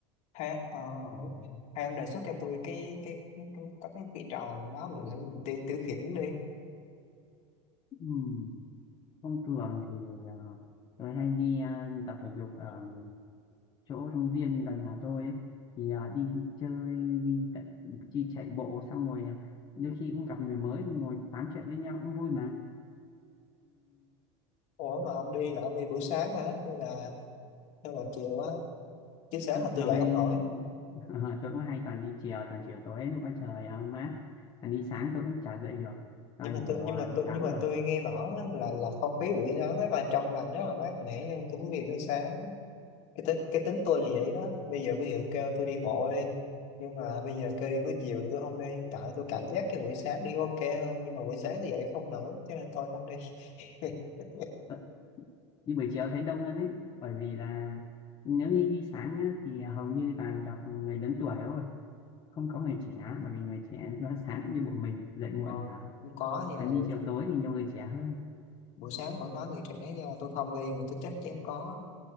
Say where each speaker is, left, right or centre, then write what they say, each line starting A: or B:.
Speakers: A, on the left (about 50°); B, on the left (about 30°).
A: hay, ờ,
B: Ồ,
A: hay ông đề xuất cho tôi cái cái cái cái, cái, cái, cái trò nào đó mình để mình tiêu tiêu khiển đi
B: ừm, thông thường thì ờ, tôi hay đi ờ, tập thể dục ở chỗ công viên gần nhà tôi ấy. thì ờ, đi chơi đi, tận- đi chạy bộ xong rồi ờ, đôi khi cũng gặp người mới ngồi tám chuyện với nhau cũng vui mà
A: Ủa mà ông đi là ông đi buổi sáng hả? Hay là hay là chiều á? Chứ sáng
B: tôi
A: là
B: thường
A: tôi dậy
B: hay
A: không nổi.
B: <laughs> tôi cũng hay toàn đi chiều toàn chiều tối lúc có trời ờ, mát còn đi sáng tôi cũng chả dậy được toàn
A: Nhưng mà
B: ngủ
A: tôi nhưng
B: ờ,
A: mà tôi
B: 8
A: nhưng mà
B: giờ
A: tôi nghe bảo á, là là không khí buổi sáng rất là trong lành rất là mát mẻ nên tôi muốn đi buổi sáng. Cái tính cái tính tôi là vậy đó. Bây giờ ví dụ kêu tôi đi bộ đi. Nhưng mà bây giờ kêu đi buổi chiều thì tôi không đi. Tại tôi cảm giác cái buổi sáng đi ok hơn nhưng mà buổi sáng tôi dậy không nổi cho nên tôi không đi. <laughs>
B: Ờ, đi buổi chiều thấy đông hơn ấy bởi vì là nếu như đi sáng nhá, thì ờ, hầu như toàn gặp người lớn tuổi thôi không có người trẻ bởi vì người trẻ nó sáng cũng như bọn mình dậy muộn
A: Đâu,
B: cả
A: không có nha
B: còn đi
A: buổi,
B: chiều tối thì nhiều người trẻ hơn
A: buổi sáng vẫn có người trẻ nha, tôi không đi mà tôi chắc chắn có